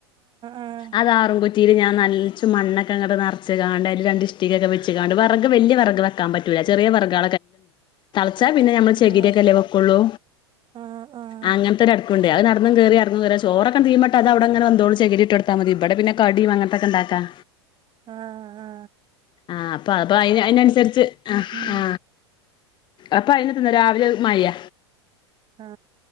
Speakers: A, on the right; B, on the left.
A: ആഹ്
B: അതാ റുൻ കു റ്റീ ൽ ഞൻ നറ ച്ച മണ്ൊക്കെ അങ്ങട്ട നിറച്ച് കാാണ്ട് രണ്ട്ി്ടിക്കെ വെച്ച് കാണ്ട് വറക് വലിയ വറഗ വെക്കാൻ പറ്റുല ചെറിയ വർഗെ ച്ച പിന്നെ ഞമ്മൾ ചെകിരി
A: ആഹ്
B: ഒക്കെ അല്ലേ വെക്കുള്ളൂ
A: ആഹ് ആഹ് ആഹ്
B: അങ്ങ കൊണ്ട് അതു നടന്ന് കയറി അറങ്ങും കയറി ചോറൊക്കേ ആണ്ട് തീമട്ട് അത് അവിടെങ്ങെ വെന്തോളും ചകരിട്ട്ടുത്താ മതി ഇവിടെപിന്നെ കടി അങ്ങനത്തക്കെണ്ടാക്കാം
A: ആ ആ
B: ആഅപ്പൊ അപ്പൊ അയ്ന്നുസരിച്ച് ആ
A: ഉം
B: ആ അപ്പൊ അയിനതിന്ന് രാവിലെ മയ്യ.
A: ആ